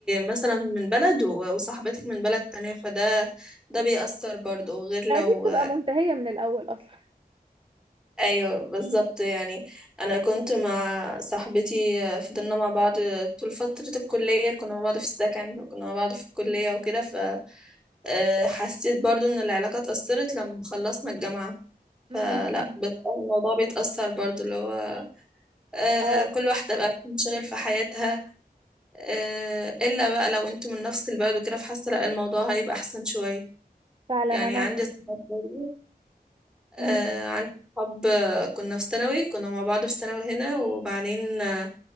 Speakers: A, in the centre; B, on the right (about 30°).
A: مثلا من بلد و- وصاحبتك من بلد تانية فده ده بيأثر برضو غير
B: لا
A: لو
B: دي بتبقى منتهية من الأول أصلا
A: ايوه بالظبط يعني انا كنت مع صاحبتي آه، فضلنا مع بعض طول فترة الكلية كنا مع بعض في السكن وكنا مع بعض في الكلية وكده ف آه، حسيت برضو ان العلاقة اتأثرت لما خلصنا الجامعة فلا
B: امم أمم.
A: بت- الموضوع بيتأثر برضو اللي هو آه،
B: اه
A: كل واحدة بقى بتنشغل في حياتها آه، إلا بقى لو انتوا من نفس البلد وكده فحاسة لا الموضوع هيبقى أحسن شوية
B: فعلا
A: يعني
B: انا
A: عندي صحاب برضو آه
B: امم
A: عندي صحاب آه، كنا في ثانوي كنا مع بعض في ثانوي هنا وبعدين آه